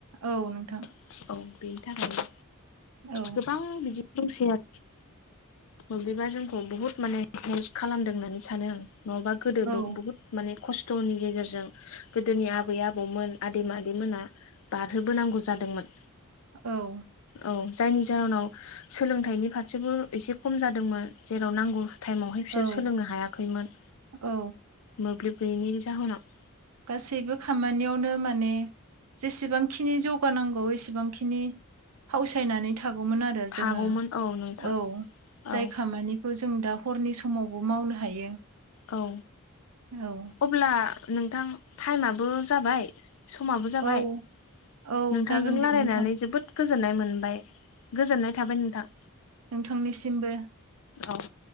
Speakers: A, on the right (about 80°); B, on the left (about 65°).
A: औ नोंथां
B: औ बेनि थाखायनो
A: औ
B: गोबां बिदि दंसै आरो मोब्लिबा जोंखौ बुहुत माने हेल्प खालामदों होननानै सानो आं। नङाबा गोदोबो
A: औ
B: बुहुद माने खस्थ'नि गेजेरजों गोदोनि आबै आबौमोन आदै मादैमोना। बारहोबोनांगौ जादोंमोन।
A: औ।
B: औ जायनि जाहोनाव सोलोंथाइनि फारसेबो एसे खम जादोंमोन जेराव नांगौ। टाइमावहाय बिसोर
A: औ
B: सोलोंनो हायाखैमोन
A: औ
B: मोब्लिब गैयैनि जाहोनाव।
A: गासैबो खामानियावनो माने जेसेबांखिनि जौगानांगौ एसेबांखिनि फावसायनानै थागौमोन आरो
B: थागौमोन
A: जोङो
B: औ नोंथां
A: औ
B: औ
A: जाय खामानि जों दा हरनि समावबो मावनो हायो।
B: औ
A: औ
B: अब्ला नोंथां टाइमाबो जाबाय। समाबो जाबाय।
A: औ औ
B: नोंथांजों
A: जागोन
B: रायलायनानै
A: दे नोंथां
B: जोबोद गोजोननाय मोनबाय गोजोननाय थाबाय नोंथां।
A: नोंथांनिसिमबो
B: औ